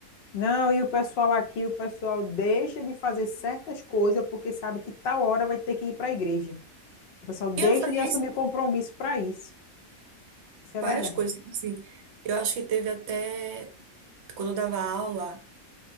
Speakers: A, on the left; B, on the right.
A: Não, e o pessoal aqui, o pessoal deixa de fazer certas coisas porque sabe que tal hora vai ter que ir para a igreja. O pessoal deixa
B: E eu não fazia
A: de assumir
B: isso,
A: compromisso para isso. Isso é
B: várias
A: verdade.
B: coisas, tipo assim. Eu acho que teve até. Quando eu dava aula,